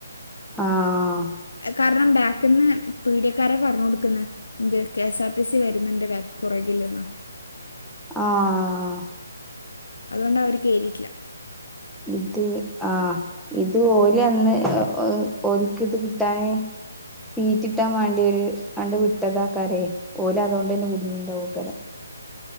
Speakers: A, in the centre; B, on the left.
A: ആഹ്
B: കാരണം ബാക്കിന്ന് പീഡിയക്കാരൻ പറഞ്ഞു കൊടുക്കുന്. എന്ത് K S R T C വരുന്നുണ്ട് വേറെ പുറകില്ന്ന്
A: ആഹ്
B: അതുകൊണ്ട് അവർ കേറിട്ടില്ല.
A: ഇത് ആ ഇത് ഓല് അന്ന് ഓൽക്ക് ഇത് കിട്ടാന്. സീറ്റ് കിട്ടാൻ വാണ്ടി അങ്ങട്ട് വിട്ടതാ ആക്കാരെയ് ഓല് അതുകൊണ്ടെന്നെ കുടുങ്ങിണ്ടക്കാരോ?